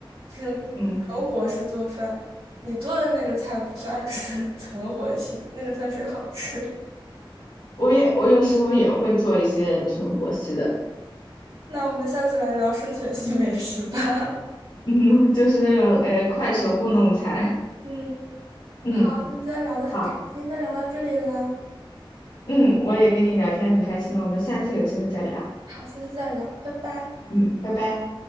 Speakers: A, on the right; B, on the left.
A: 就是
B: 嗯，
A: 存活式做饭。你做的那个菜不算是 <laughs> 存活系的，那个算是好吃。
B: 我也我有时候也会做一些存活系的，
A: 那我们下次来聊生存系美食吧。
B: <laughs> 嗯，就是那种呃快手糊弄菜，
A: <laughs> 嗯，
B: <laughs> 嗯，
A: 好，那今天聊得很开心，
B: 好，
A: 先聊到这里啦。
B: 嗯，我也跟你聊天很开心呢，我们下次有机会再聊，
A: 好，下次再聊，拜拜。
B: 嗯，拜拜。